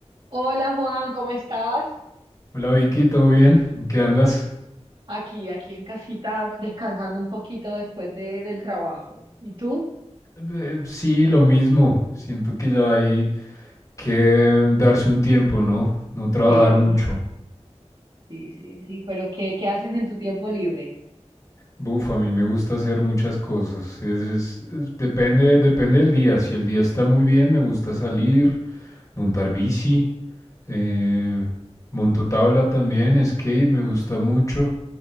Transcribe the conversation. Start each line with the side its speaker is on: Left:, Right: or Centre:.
Right: Hola Juan, ¿cómo estás?
Left: Hola Vicky, ¿todo bien? ¿En qué andas?
Right: Aquí, aquí en casita, descansando un poquito después de- del trabajo. ¿Y tú?
Left: Eh, sí, lo mismo. Siento que ya hay que mm, darse un tiempo, ¿no? No trabajar
Right: Sí,
Left: mucho.
Right: sí, sí, sí, pero ¿qué, qué haces en tu tiempo libre?
Left: Buf, a mí me gusta hacer muchas cosas. Es- es- es- depende, depende del día. Si el día está muy bien, me gusta salir, montar bici, eh, monto tabla también, skate, me gusta mucho.